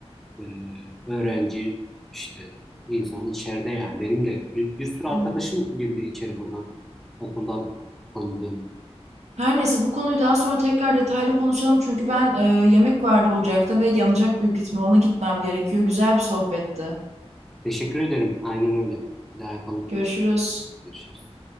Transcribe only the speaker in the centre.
e, öğrenci işte insan içeride yani benim de bir, bir sürü arkadaşım
girdi içeri buradan okuldan tanıdığım.
Teşekkür ederim. Aynen öyle. Bir daha yapalım.
Görüşürüz.